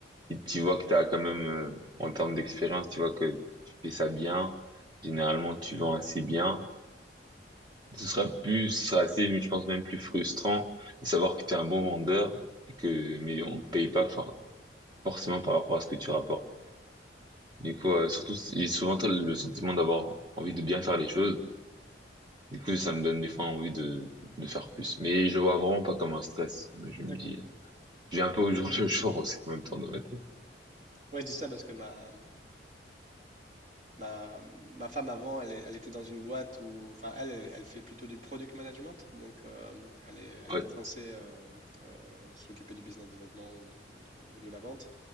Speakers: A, on the right; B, on the right.
A: Si tu vois que tu as quand même, euh, en termes d'expérience, tu vois que tu fais ça bien, généralement tu vends assez bien, ce sera plus, ce sera assez, je pense même plus frustrant de savoir que tu es un bon vendeur et que, mais on te paye pas for- forcément par rapport à ce que tu rapportes. Du coup, euh, surtout, j'ai souvent le sentiment d'avoir envie de bien faire les choses Du coup, ça me donne des fois envie de, de faire plus. Mais je le vois vraiment pas comme un stress. Mais Je me
B: D'accord.
A: dis, je vis un peu au jour le jour aussi en même temps dans ma tête.
B: Ouais, je dis ça parce que ma, ma, ma femme avant, elle, est- elle était dans une boîte où, enfin, elle, elle, elle fait plutôt du product management, donc euh, elle est, elle
A: Ouais,
B: est pas censée euh, euh, s'occuper du business développement ou de, ou de- ou de la vente.